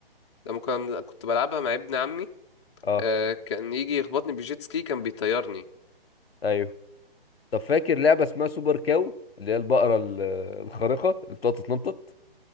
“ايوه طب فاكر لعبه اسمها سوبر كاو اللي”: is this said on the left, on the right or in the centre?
Left